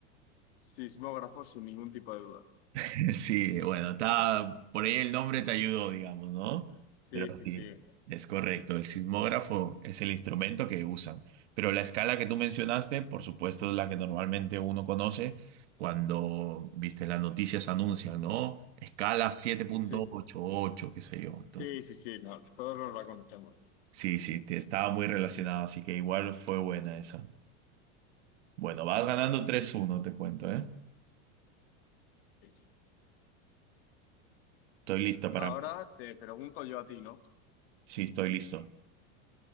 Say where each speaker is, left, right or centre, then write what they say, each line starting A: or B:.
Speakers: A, on the left (about 50°); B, on the right (about 65°).
A: Sismógrafos sin ningún tipo de duda.
B: <laughs> Sí, bueno, está, por ahí el nombre te ayudó, digamos, ¿no?
A: Sí,
B: Pero
A: sí,
B: sí,
A: sí.
B: es correcto. El sismógrafo es el instrumento que usan. Pero la escala que tú mencionaste, por supuesto, es la que normalmente uno conoce cuando, viste, las noticias anuncian, ¿no? Escala siete punto
A: Sí,
B: ochenta y ocho, qué sé yo. Entonces,
A: sí, sí, sí, no, todos nos la conocemos.
B: sí, sí, te- estaba muy relacionado, así que igual fue buena esa. Bueno, vas ganando tres uno, te cuento, ¿eh?
A: Sí.
B: Estoy listo
A: Ahora
B: para...
A: te pregunto yo a ti, ¿no?
B: Sí, estoy listo.